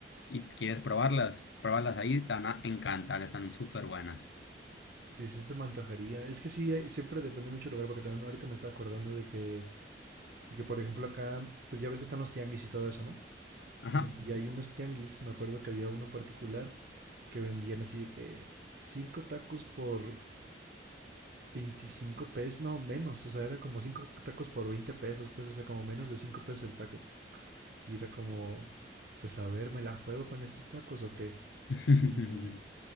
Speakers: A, on the left; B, on the right.
A: y quieres probarlas, pruébalas ahí, te van a encantar, están súper buenas.
B: y sí se me antojaría. Es que sí, hay- siempre depende mucho del lugar, porque también ahorita me estaba acordando de que, de que, por ejemplo, acá, pues ya ves que están los tianguis y todo eso, ¿no?
A: Ajá.
B: Y, y hay unos tianguis, me acuerdo que había uno en particular que vendían así de que cinco tacos por 25 pesos, no, menos, o sea, eran como 5 tacos por 20 pesos, pues, o sea, como menos de 5 pesos el taco. Y era como, pues, a ver, ¿me la juego con estos tacos o qué?
A: <laughs>
B: Y,